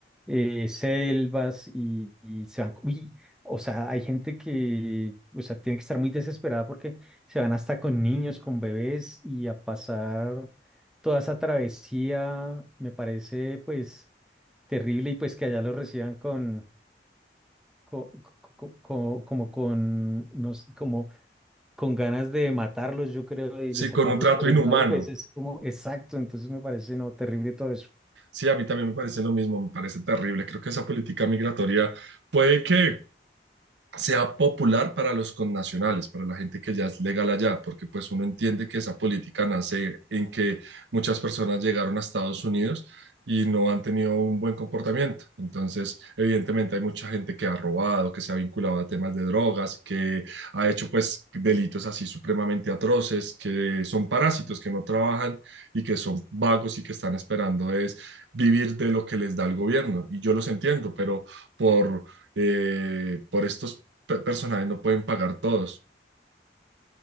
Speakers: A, in the centre; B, on the right.
A: eh, selvas y, y se van. Uy, o sea, hay gente que, o sea, tiene que estar muy desesperada porque se van hasta con niños, con bebés y a pasar toda esa travesía. Me parece, pues, terrible y pues que allá los reciban con, co- co- co- co- como con, no sé, como con ganas de matarlos, yo creo, y de
B: Sí,
A: sacarlos
B: con un trato
A: corriendo
B: inhumano.
A: ahí, pues es como exacto, entonces me parece no terrible todo eso.
B: Sí, a mí también me parece lo mismo, me parece terrible. Creo que esa política migratoria puede que sea popular para los connacionales, para la gente que ya es legal allá, porque pues uno entiende que esa política nace en que muchas personas llegaron a Estados Unidos y no han tenido un buen comportamiento. Entonces, evidentemente hay mucha gente que ha robado, que se ha vinculado a temas de drogas, que ha hecho pues delitos así supremamente atroces, que son parásitos, que no trabajan y que son vagos y que están esperando es vivir de lo que les da el gobierno. Y yo los entiendo, pero por eh, por estos pe- personajes no pueden pagar todos.